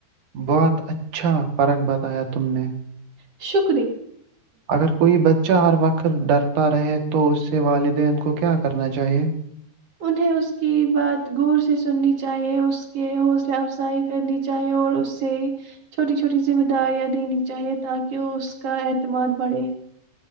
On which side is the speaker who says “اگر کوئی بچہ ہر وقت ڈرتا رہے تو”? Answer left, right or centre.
Right